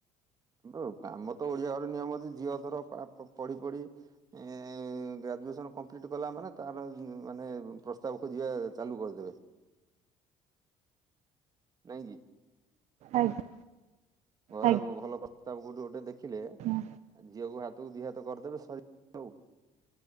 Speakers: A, on the right (about 30°); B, on the right (about 55°).
A: <inaudible> କିନ୍ତୁ କାମ ତ ଓଡିଆ ଘରେ ନିୟମ ଅଛି ଝିଅଘର ପଢି ପଢି ଏ ଗ୍ରାଜୁଏସନ କମ୍ପଲିଟ କଲା ମାନେ ତାର ମାନେ ପ୍ରସ୍ତାବ ଖୋଜିବା ଚାଲୁ କରିଦେବେ। ନାହି କି
B: ଆଜ୍ଞା
A: ଘରେ
B: ଆଜ୍ଞା
A: ଭଲ ପ୍ରସ୍ତାବ କୋଉଠି ଗୋଟେ ଦେଖି ଦେଖିଲେ
B: ଆଜ୍ଞା
A: ଝିଅକୁ ହାତକୁ ଦି ହାତ କରିଦେବେ ସରିଲା ଆଉ